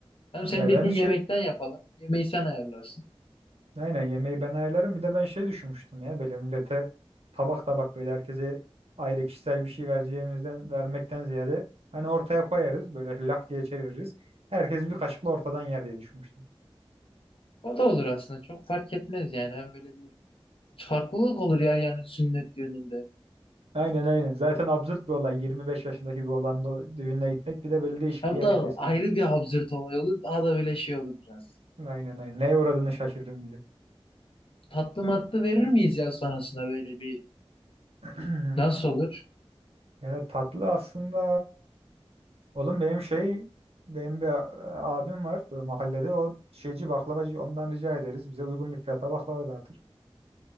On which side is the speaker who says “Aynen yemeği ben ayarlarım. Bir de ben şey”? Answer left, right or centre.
Right